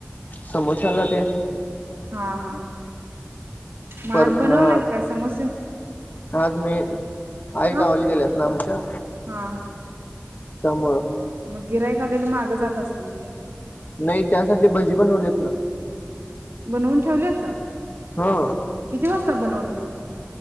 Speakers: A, on the left; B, on the right.
A: समोस्याला ते
B: हा हा मग
A: परत
B: आज बनवलं
A: ना!
B: नाहीत काय समोसे
A: आज नाही! आई
B: का
A: गावाला गेल्यात ना आमच्या!
B: हा
A: सम
B: म गिर्‍हाईक गिऱ्हाईक आलेल माग जात असतील ते?
A: नाही त्यासाठी भजी बनवलेत ना
B: बनवून ठेवल्याता?
A: हा
B: किती वाजता बनवलं मगं?